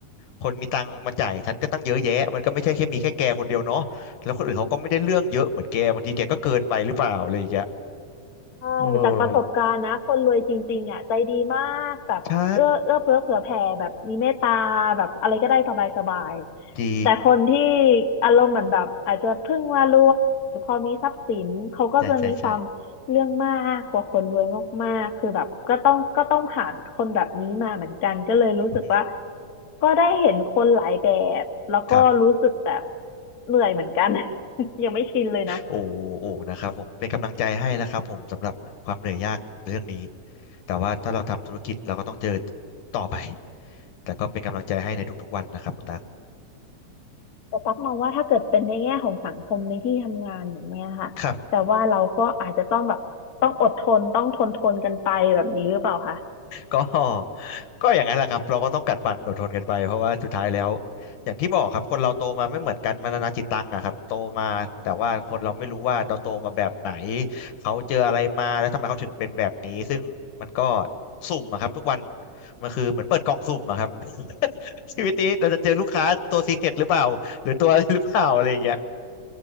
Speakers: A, on the left; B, on the left.
A: คนมีตังค์มาจ่ายฉันก็ตั้งเยอะแยะมันก็ไม่ใช่แค่มีแค่แกคนเดียวเนาะแล้วคนอื่นเขาก็ไม่ได้เรื่องเยอะเหมือนแกบางทีแกก็เกินไปหรือเปล่าอะไรอย่างเงี้ย
B: ใช่จากประสบการณ์นะคนรวยจริงๆอ่ะใจดีมากแบบเอื้อเอื้อเฟื้อเผื่อแผ่แบบมีเมตตาแบบอะไรก็ได้สบายๆแต่คนที่
A: เออใช่จริง
B: อารมณ์เหมือนแบบอาจจะเพิ่งมารวยหรือพอมีทรัพย์สินเขาก็จะมีความเรื่องมากกว่าคนรวยมากๆคือแบบก็ต้องก็ต้องผ่านคนแบบนี้มาเหมือนกันก็เลยรู้สึกว่า
A: ใช่ใช่ใช่อือหือ
B: ก็ได้เห็นคนหลายแบบแล้วก็รู้สึกแบบ
A: ครับ
B: เหนื่อยเหมือนกัน <laughs> ยังไม่ชินเลยนะ
A: โอ้โอ้นะครับผมเป็นกำลังใจให้นะครับผมสำหรับความเหนื่อยยากเรื่องนี้แต่ว่าถ้าเราทำธุรกิจเราก็ต้องเจอต่อไปแต่ก็เป็นกำลังใจให้ในทุกๆวันนะครับคุณตั๊ก
B: แต่ตั๊กมองว่าถ้าเกิดเป็นในแง่ของสังคมในที่ทำงานแบบเนี้ยค่ะแต่ว่าเราก็อาจจะต้องแบบต้องอดทนต้องทนทนกันไปแบบนี้หรือเปล่าคะ
A: ครับ ก็ <laughs> ก็อย่างนั้นแหละครับเราก็ต้องกัดฟันอดทนกันไปเพราะว่าสุดท้ายแล้วอย่างที่บอกครับคนเราโตมาไม่เหมือนกันมานานาจิตตังอะครับโตมาแต่ว่าคนเราไม่รู้ว่าเราโตมาแบบไหนเขาเจออะไรมาแล้วทำไมเขาถึงเป็นแบบนี้ซึ่งมันก็สุ่มอะครับทุกวันมันคือเหมือนเปิดกล่องสุ่มอะครับ <laughs> ชีวิตนี้เราจะเจอลูกค้าตัวซีเค็ดหรือเปล่าหรือตัวอะไรหรือเปล่าอะไรอย่างเงี้ย